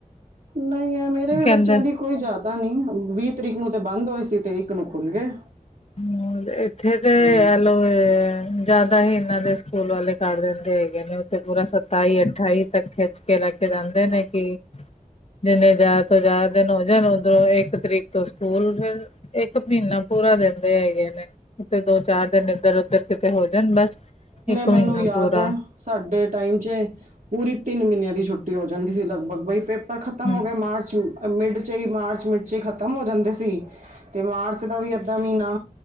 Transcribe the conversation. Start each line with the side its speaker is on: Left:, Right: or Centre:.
Right: ਨਈ ਐ ਮੇਰੇ ਵੀ
Left: ਕਹਿੰਦੇ
Right: ਬੱਚਿਆਂ ਦੀ ਕੋਈ ਜਾਦਾ ਨੀ ਵੀਹ ਤਰੀਕ ਨੂੰ ਤੇ ਬੰਦ ਹੋਏ ਸੀ ਤੇ ਇੱਕ ਨੂੰ ਖੁੱਲ ਗਏ।
Left: ਹੂੰ ਏਥੇ ਤੇ
Right: ਨਹੀਂ
Left: ਐ। ਜਾਦਾ ਵੀ ਇਨਾਂ ਦੇ ਸਕੂਲ ਵਾਲੇ ਕਰ ਦਿੰਦੇ ਹੈਗੇ ਨੇ ਓ ਤੇ ਪੂਰਾ ਸਤਾਈ ਅਠਾਈ ਤੱਕ ਖਿੱਚ ਕੇ ਲੈ ਕੇ ਜਾਂਦੇ ਨੇ ਕੀ ਜਿੰਨੇ ਜਾਦਾ ਤੋਂ ਜਾਦਾ ਦਿਨ ਹੋ ਜਾਣ ਉਧਰੋਂ ਇੱਕ ਤਰੀਕ ਤੋਂ ਸਕੂਲ ਫੇਰ। ਇੱਕ ਮੀਨਾ ਪੂਰਾ ਦਿਨ। ਹੁੰਦੇ ਹੈਗੇ ਨੇੇ ਤੇ ਦੋ ਚਾਰ ਦਿਨ ਇੱਧਰ ਉਧਰ ਕਿਤੇ ਹੋ ਜਾਣ ਬਸ- ਇੱਕ
Right: ਮੈਨੂੰ
Left: ਮਹੀਨਾ
Right: ਯਾਦ
Left: ਪੂਰਾ
Right: ਐ ਸਾਡੇ ਟਾਈਮ ਚ ਪੂਰੀ ਤਿੰਨ ਮੀਨਿਆਂ ਦੀ ਛੁੱਟੀ ਹੋ ਜਾਂਦੀ ਸੀ ਲਗਭਗ ਬਈ ਪੇਪਰ ਖ਼ਤਮ
Left: ਹਮ
Right: ਹੋ ਗਏ ਮਾਰਚ ਮਿਡ ਚ ਈ ਮਾਰਚ ਵਿੱਚ ਈ ਖਤਮ ਹੋ ਜਾਂਦੇ ਸੀ ਤੇ ਮਾਰਚ ਦਾ ਵੀ ਏਦਾਂ ਮੀਨਾ